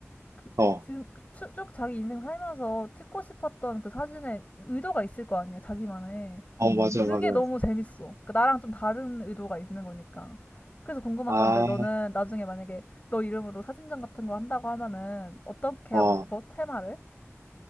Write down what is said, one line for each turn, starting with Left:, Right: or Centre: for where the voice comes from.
Left: 그,
Right: 어,
Left: 지금 쭉 쭉 자기 인생 살면서 찍고 싶었던 그 사진에 의도가 있을 거 아니야, 자기만의.
Right: 어, 맞아,
Left: 그게
Right: 맞아.
Left: 너무 재밌어. 그러니까 나랑 좀 다른 의도가 있는 거니까. 그래서 궁금한
Right: 아,
Left: 건데 너는 나중에 만약에 너 이름으로 사진전 같은 거 한다고 하면은 어떻게
Right: 어,
Left: 하고 싶어? 테마를?